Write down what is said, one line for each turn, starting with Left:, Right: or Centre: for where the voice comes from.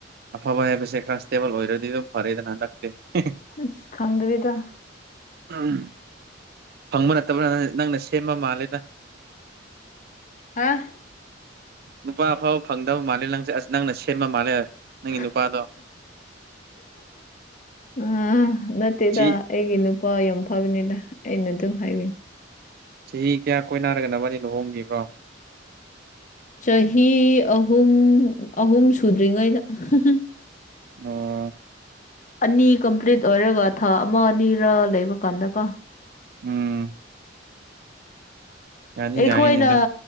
Right: ꯑꯐꯕ ꯍꯥꯏꯕꯁꯦ ꯀꯟꯁꯇꯦꯕꯜ ꯑꯣꯏꯔꯗꯤ ꯑꯗꯨꯝ ꯐꯔꯦꯗꯅ ꯍꯟꯗꯛꯇꯤ <unintelligible>
Left: ꯍꯁ ꯈꯪꯗꯔꯤꯗ
Right: ꯎꯝ ꯐꯪꯕ ꯅꯠꯇꯕꯔ ꯅꯪꯅ ꯁꯦꯝꯕ ꯃꯥꯜꯂꯦꯗ
Left: ꯍꯥꯥ
Right: ꯅꯨꯄꯥ ꯑꯐꯕ ꯐꯪꯗꯕ ꯃꯥꯜꯂꯦ ꯅꯪꯁꯦ ꯑꯁ ꯅꯪꯅ ꯁꯦꯝꯕ ꯃꯥꯜꯂꯦ
Left: <unintelligible>
Right: ꯅꯪꯒꯤ ꯅꯨꯄꯥꯗꯣ
Left: ꯑ ꯅꯠꯇꯦꯗ
Right: ꯆꯍꯤ
Left: ꯑꯩꯒꯤꯅꯨ ꯄ ꯌꯥꯝ ꯐꯕꯅꯤꯗ ꯑꯩꯅ ꯑꯗꯨꯝ ꯍꯥꯏꯕꯤ
Right: ꯆꯍꯤ ꯀꯌꯥ ꯀꯣꯏꯅꯅꯥꯔꯒ ꯅꯕꯅꯤ ꯂꯨꯍꯣꯡꯒꯤꯕ꯭ꯔꯣ
Left: ꯆꯍꯤ ꯑꯍꯨꯝ ꯑꯍꯨꯝ ꯁꯨꯗ꯭ꯔꯤꯉꯩꯗ <unintelligible>
Right: ꯑꯣ
Left: ꯑꯅꯤ ꯀꯝꯄ꯭ꯂꯤꯠ ꯑꯣꯏꯔꯒ ꯊꯥ ꯑꯃ ꯑꯅꯤꯔꯥ ꯂꯩꯕ ꯀꯥꯟꯗꯀꯣ
Right: ꯎꯝ ꯌꯥꯗꯤ
Left: ꯑꯩꯈꯣꯏꯅ
Right: ꯌꯥꯏꯅꯦ ꯑꯗꯨꯝ